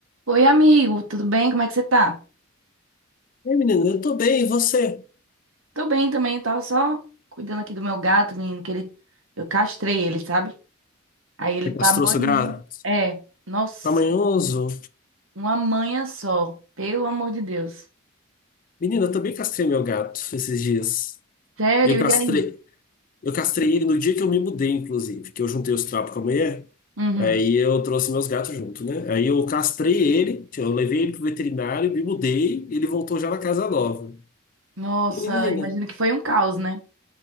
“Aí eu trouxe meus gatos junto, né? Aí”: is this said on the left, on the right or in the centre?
Left